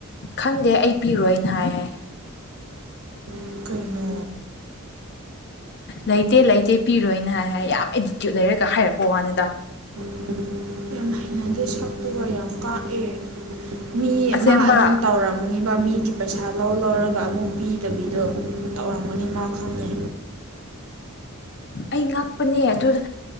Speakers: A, on the left (about 55°); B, on the right (about 80°).
A: ꯈꯪꯗꯦ ꯑꯩ ꯄꯤꯔꯣꯏꯅ ꯍꯥꯏ ꯍꯥꯏ
B: ꯎꯝ ꯀꯩꯅꯣ
A: ꯂꯩꯇꯦ ꯂꯩꯇꯦ ꯄꯤꯔꯣꯏꯅ ꯍꯥꯏ ꯍꯥꯏ ꯌꯥꯝ ꯑꯦꯗꯤꯇ꯭ꯌꯨꯠ ꯂꯩꯔꯒ ꯍꯥꯏꯔꯛꯄ ꯋꯥꯅꯦꯗ
B: <inaudible> ꯅꯗꯦ ꯁꯛꯇꯨꯒ ꯌꯥꯝ ꯀꯥꯛꯑꯦ ꯃꯤ
A: ꯑꯁꯦꯡꯕ
B: ꯃꯥ ꯑꯗꯨꯝ ꯇꯧꯔꯝ ꯈꯪꯅꯤꯕ ꯃꯤꯒꯤ ꯄꯩꯁꯥ ꯂꯧ ꯂꯧꯔꯒ ꯑꯃꯨꯛ ꯄꯤꯗꯕꯤꯗꯣ ꯇꯧꯔꯝꯒꯅꯤ ꯃꯥ ꯈꯪꯉꯦ
A: ꯑꯩ ꯉꯛꯄꯅꯦ ꯑꯗꯨꯗ